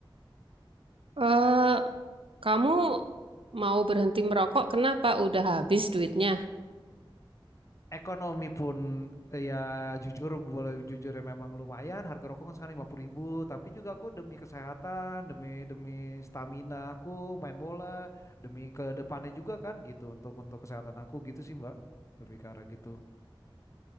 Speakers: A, on the right; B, on the left.
A: Eh, kamu mau berhenti merokok, kenapa? Udah habis duitnya.
B: Ekonomi pun eh, ya jujur boleh jujur ya memang lumayan. Harga rokok kan sekarang 50 ribu, tapi juga aku demi kesehatan, demi demi stamina aku main bola, demi ke depannya juga kan gitu untuk untuk kesehatan aku gitu sih Mbak. Lebih ke arah gitu.